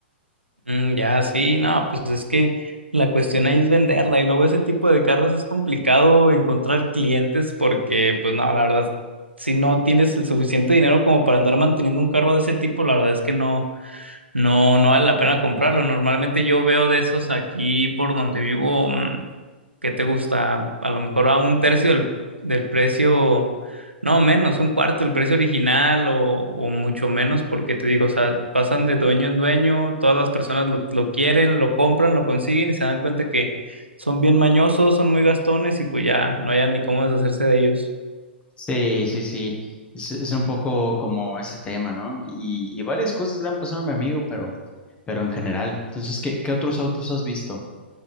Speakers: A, on the right; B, on the left.
A: Mm, ya, sí, no, pues es que la cuestión ahí es venderla y luego ese tipo de carros es complicado encontrar clientes porque, pues no, la verdad, si no tienes el suficiente dinero como para andar manteniendo un carro de ese tipo, la verdad es que no, no, no vale la pena comprarlo. Normalmente yo veo de esos aquí por donde vivo, mm, ¿Qué te gusta? A lo mejor a un tercio del, del precio, no menos, un cuarto del precio original o, o mucho menos, porque te digo, o sea, pasan de dueño en dueño, todas las personas lo, lo quieren, lo compran, lo consiguen y se dan cuenta que son bien mañosos, son muy gastones y pues ya no hayan ni cómo deshacerse de ellos.
B: Sí, sí, sí, es, es un poco como ese tema, ¿no? Y, y varias cosas le han pasado a mi amigo, pero, pero en general. Entonces, ¿qué, qué otros autos has visto?